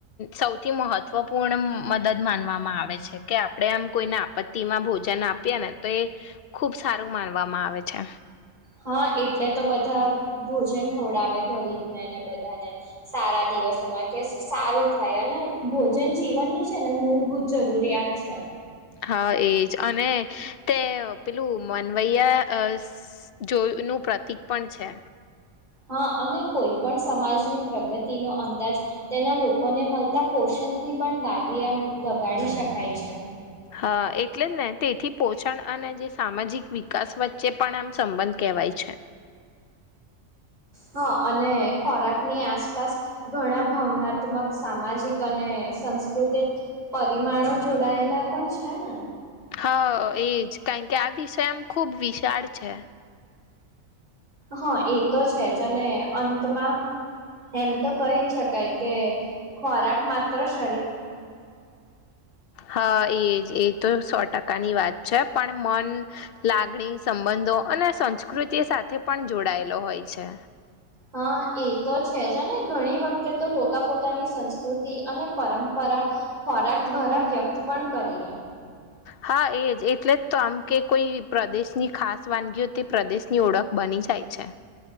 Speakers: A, on the left (about 60°); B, on the right (about 30°).
A: સૌથી મહત્વપૂર્ણ મદદ માનવામાં આવે છે કે આપણે આમ કોઈને આપત્તિમાં ભોજન આપીએ ને તો એ ખૂબ સારું માનવામાં આવે છે.
B: હા એટલે તો બધા ભોજન ખવડાવે ગરીબને ને બધાને સારા દિવસોમાં કે સારું થાય અને ભોજન જીવનની છે ને મૂળભૂત જરૂરિયાત છે.
A: હા એજ અને તે પેલું મનવૈયા જોનું પ્રતિક પણ છે.
B: હા અને કોઈ પણ સમાજની પ્રગતિનો અંદાજ તેના લોકોને મળતા પોષણથી પણ દાગ લગાડી શકાય છે.
A: હા એટલે જ ને તેથી પોષણ અને જે સામાજિક વિકાસ વચ્ચે પણ આમ સંબંધ કહેવાય છે.
B: હા અને ખોરાકની આસપાસ ઘણા ભાવનાત્મક સામાજિક અને સંસ્કૃતિક પરિમાણો જોડાયેલા પણ છે ને.
A: હા એજ કારણ કે આ વિષય આમ ખુબ વિશાળ છે.
B: હા એ તો છે જ અને અંતમાં એમ તો કહી જ શકાય કે ખોરાક મા <unintelligible>
A: હા એજ એ તો સો ટકા <unintelligible> કાની વાત છે પણ મન લાગણી સંબંધો અને સંસ્કૃતિ સાથે પણ જોડાયેલો હોય છે.
B: હા એ તો છે જ ઘણી વખતે તો લોકા પોતાની સંસ્કૃતિ અને પરંપરા ખોરાક દ્વારા વ્યક્ત પણ કરી લે.
A: હા એજ એટલે જ તો આમ કે કોઈ પ્રદેશની ખાસ વાનગી હો તે પ્રદેશની ઓળખ બની જાય છે.